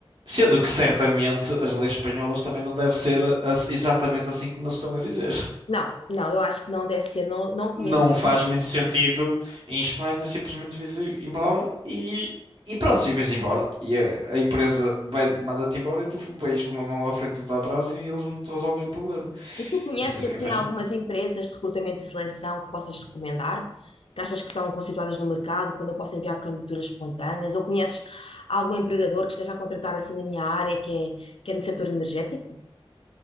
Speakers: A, on the right; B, on the left.
A: Sendo que certamente as leis espanholas também não devem ser as- exatamente assim como eles estão a dizer.
B: Não, não, eu acho que não deve ser, não, não
A: não
B: conheço
A: faz muito sentido em Espanha simplesmente vires i- embora e, e pronto, e vais embora. E a, a empresa vai- manda-te embora e tu f- vais com uma mão à frente e outra atrás e eles não te resolvem o problema.
B: E tu conheces
A: Isso nem sequer
B: assim
A: faz
B: algumas
A: sentido.
B: empresas de recrutamento e seleção que possas recomendar? Que achas que são constituídas no mercado, quando eu posso enviar candidaturas espontâneas? Ou conheces algum empregador que esteja a contratar assim na minha área, que é, que é no setor energético?